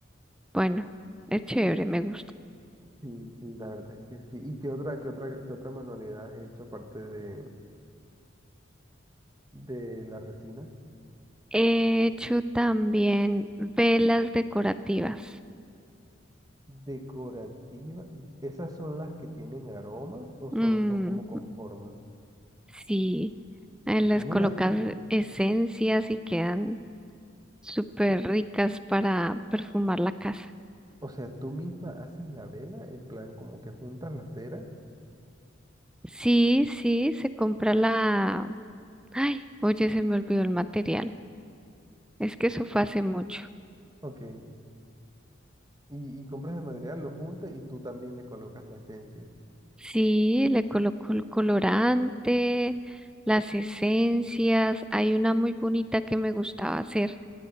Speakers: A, in the centre; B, on the right.
A: Bueno, es chévere, me gusta.
B: Sí, sí, la verdad es que sí. ¿Y qué otra, qué otra, qué otra manualidad has hecho aparte de, de la resina?
A: He hecho también velas decorativas.
B: Decorativa. ¿Esas son las que tienen aromas o solo
A: Ujú.
B: son como con formas?
A: Sí, eh, les
B: ¿Cómo
A: colocas
B: la,
A: esencias y quedan súper ricas para perfumar la casa.
B: o sea, tú misma haces la vela en plan como que juntas la cera?
A: Sí, sí, se compra la... Ay, oye, se me olvidó el material. Es que eso fue hace mucho.
B: Ok. Y, y compras el material, lo juntas y tú también le colocas la esencia.
A: Sí, le colocó el colorante, las esencias. Hay una muy bonita que me gustaba hacer.